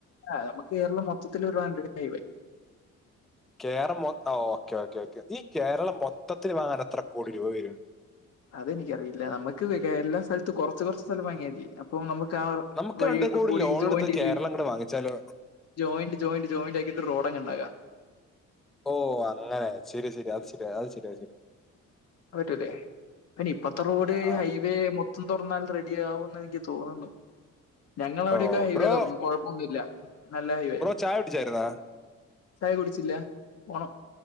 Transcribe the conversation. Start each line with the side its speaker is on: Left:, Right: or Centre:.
Left: ആഹ് നമുക്ക് കേരളം മൊത്തത്തിൽ ഒരു വരും
Centre: കേരം ഓക്കെ ഓക്കെ ഓക്കെ ഈ കേരളം മൊത്തത്തിൽ വാങ്ങാൻ എത്ര കോടി രൂപ വരും
Left: അതെനിക്കറിയില്ല നമുക്ക് എല്ലാ സ്ഥലത്തും കുറച്ച് കുറച്ച് സ്ഥലം വാങ്ങിയതി ഇപ്പൊ നമുക്ക്
Centre: നമുക്ക്
Left: വഴിയൊക്കെ
Centre: രണ്ട് കോടി
Left: കൂടി
Centre: ലോൺ
Left: ജോയിന്റ്
Centre: എടുത്ത് കേരളം
Left: ചെയ്ത്
Centre: അങ്ങോട്ട് വാങ്ങിച്ചാലോ
Left: ജോയിന്റ് ജോയിന്റ് ജോയിന്റാക്കിയിട്ട് റോഡങ് ഉണ്ടാക്ക
Centre: ഓ അങ്ങനെ ശരി ശരി അത് ശരി അത് ശരി അത് ശരി
Left: പറ്റുല്ലേ പിനി ഇപ്പഴത്തെ റോഡ്
Centre: ആ, ആ.
Left: ഹൈവേ മൊത്തം തുറന്നാൽ റെഡി ആകുംന്ന് എനിക്ക് തോന്നുന്നു. ഞങ്ങട അവിടെക്കെ
Centre: ഓ
Left: ഹൈവേ
Centre: ബ്രോ
Left: തുറന്നു കൊഴപ്പൊന്നുമില്ല നല്ല ഹൈവേയാ
Centre: ബ്രോ ചായ കുടിച്ചായിരുന്നാ
Left: ചായ കുടിച്ചില്ല പോണം